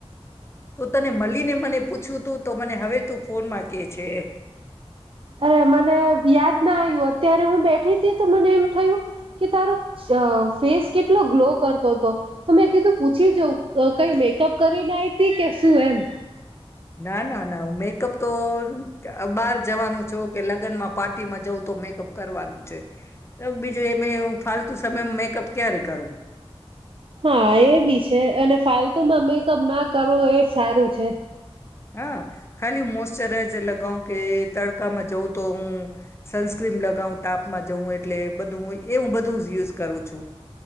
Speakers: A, on the left (about 25°); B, on the right (about 55°).
A: હુ તો તને મળલીને મને પૂછવું તું તો મને હવે તું ફોનમાં કેહે છે
B: અરે મને યાદ ના આવ્યું અત્યારે હું બેઠી તી તો મને એમ થયું કે તારું ફેસ કેટલો ગ્લો કરતો હતો તો મેં કીધું પૂછી જાઉ કઈ મેકઅપ કરીને આવીતી કે શું એમ
A: ના ના ના મેકઅપ તો બહાર જવાનું છો કે લગ્નમાં પાર્ટીમાં જવું તો મેકઅપ કરવાનું છે બીજું એ બે ફાલતુ તમે મેકઅપ ક્યારે કરો
B: હા એ બી છે અને ફાલતુમાં મેકઅપ ના કરવો એ સારું છે
A: હા ખાલી મોસ્તરાઇઝર લા કવ કે તડકામાં જવ તો હું સનસ્ક્રીમ લગાવઉ તાપમાં જવું એટલે બધું એવું બધું જ યુઝ કરું છું